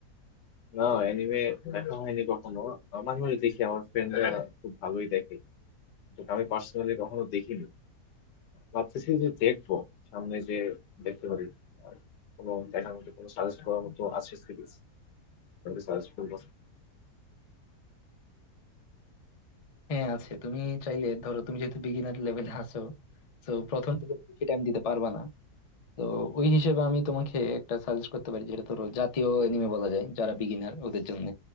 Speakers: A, on the left (about 85°); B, on the left (about 55°).
A: না অ্যানিমে দেখা হয়নি কখনো আহ, মাঝে মাঝে দেখি আমার ফ্রেন্ডরা খুব ভালোই দেখে যেটা আমি পার্সোনালি কখনো দেখিনি ভাবতেছি যে দেখবো সামনে যে দেখতে পারি আর কোনো দেখার মতো কোনো সাজেস্ট করার মতো আছে সিরিজ সাজেস্ট করবো
B: হ্যাঁ আছে তুমি চাইলে ধরো তুমি যেহেতু বিগিনার লেভেলে আছো তো প্রথম থেকে বেশি টাইম দিতে পারবা না তো ওই হিসেবে আমি তোমাকে একটা সাজেস্ট করতে পারি যেটা ধরো জাতীয় এনিমে বলা যায় যারা বিগিনার ওদের জন্য